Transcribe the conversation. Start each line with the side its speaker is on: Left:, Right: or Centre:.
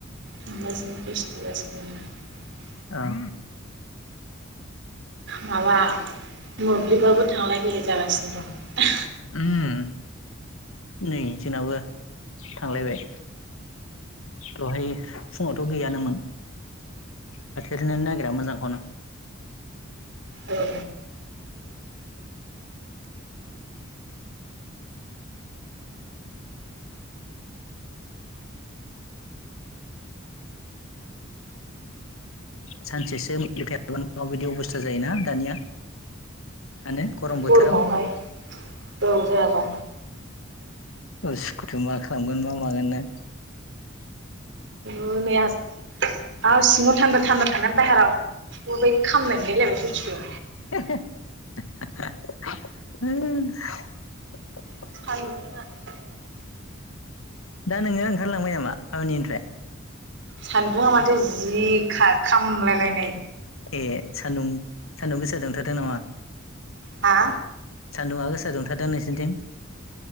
Right: <unintelligible>
Left: औ
Right: माबा मोब्लिबाबो थांलाय फैलाय जागासिनो दं।
Left: उम नै जोंनाबो थांलायबाय दहाय फुङावथ' गैयानोमोन थाथेरनो नागिरा मोजांखौनो
Right: औ
Left: सानसेसो मोनफाया बानो माबायदि अबस्था जायोना दानिया थानो गरम बोथोराव
Right: गरमावहाय औ जायाबा
Left: उसुखुथु मा खालामगोन मा मागोन नो।
Right: बो नै आस आ सिङाव थान्दा-थान्दा थांना बाहेराव उदैनि खामनाय मोनलायलायबाय सयथिबो
Left: <unintelligible>
Right: <unintelligible>
Left: दा नोङो ओंखारलांबाय नामा खामानिनिफ्राय
Right: सान्दुङाआ माथो जि खा खामलाय लायनाय
Left: ए सान्दुं-सान्दुं गोसा दुंथारदो नामा
Right: हा
Left: सान्दुङा गोसा दुंथाराद नोंसोरनिथिं